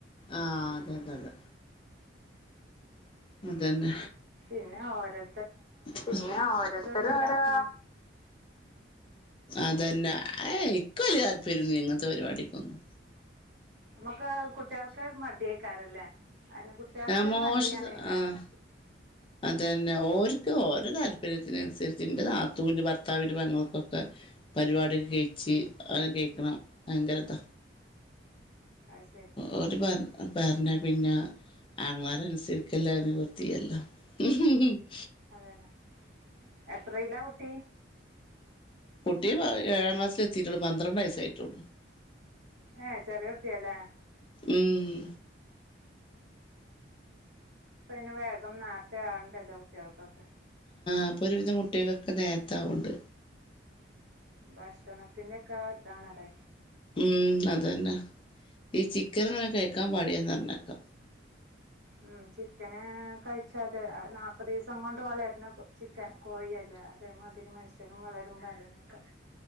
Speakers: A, on the left (about 25°); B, on the right (about 60°).
A: ആഹ അതെതെതെ അതന്നെ
B: പിന്നെ ഓരോ
A: പിന്നെ, ഓരോരുത്തര്
B: ഇതിട്ട് ഉണ്ടാക്കുമ്പോൾ
A: ഓരോ, അതന്നെ. ഏയ്, ഇക്ക് വലൃയ താല്പര്യയെന്നും ഇല്ലൃ, ഇങ്ങൻത്തെ, പരിപാടിക്കെന്നും.
B: നമുക്ക് കുട്ടികൾക്കെരു മടിയെയ്കാരല്ലേ? അയിന് കുട്ടിആൾക്കൊരു
A: ഞാൻ മോശത
B: മടി ആണെയ്ക്കാരം
A: ആഹ് അതന്നെ, ഓര്ക്ക് ഓരെ താല്പര്യത്തിന് അതിനുസരിച്ച് ഇന്റെ നാത്തൂന് ഭർത്താവിന്റെ പെങ്ങൾക്കൊക്കെ പരിപാടി ഒക്കെ കെയ്ച്ചി അങ്ങനെക്കെ ണം ഭയങ്കെരതാ
B: അത് ശരി
A: ഓര് പറഞ് പറഞ്ഞ പിന്നെ, ആങ്ങളാരെ അനുസരിക്കല്ലാതെ നിവർത്തിയില്ലല്ലേ? ഹ്.. ഹ്.. ഹ്
B: അതേന്നെ എത്രയിലാ കുട്ടി
A: കുട്ടീ ഏഴാം ക്ലാസ്സിൽ എത്തീട്ടെള്ളൂ പന്ത്രണ്ടയസ്സായിട്ടുള്ളു
B: ഹാ. ചെറിയ കുട്ടിയല്ലേ
A: ഉം..
B: ഇപ്പ പിന്നെ വേഗം നേർത്തെ ആവ്ണ്ടല്ലോ കുട്ടിയാൾക്കൊക്കെ.
A: ഇപ്പേ ഒരുവിധം കുട്ടിൾകെക്കെ നേരത്താവ്ണ്ട്
B: ഭക്ഷണത്തിന്റെ ഒക്കെ.. ആ ഇതാണത്
A: ഉം അതെന്നെ. ഈ ചിക്കൻ ഇങ്ങനെ കഴിക്കാൻ പാടില്ലാന്ന് പറഞ്ഞേക്കാ.
B: ഉം ചിക്കന് കഴിച്ചാത് നാല്പ്പത് ദിവസ് ദിവസം കൊണ്ട് വളരുന്ന. ചിക്കൻ, കോഴിയല്ലെ അതേമാതിരി മനുഷ്യനും വളരും പറന്നെക്കാം